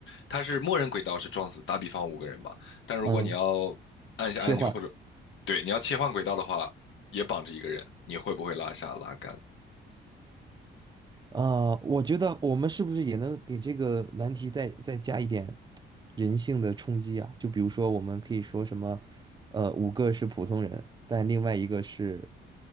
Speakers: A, on the left; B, on the right.
A: 它是默认轨道是撞死，打比方五个人吧。但如果你要按一下按钮或者
B: 嗯，切换。
A: 对你要切换轨道的话，也绑着一个人，你会不会拉下拉杆？
B: 呃，我觉得我们是不是也能给这个难题再再加一点人性的冲击啊？就比如说，我们可以说什么，呃，五个是普通人，但另外一个是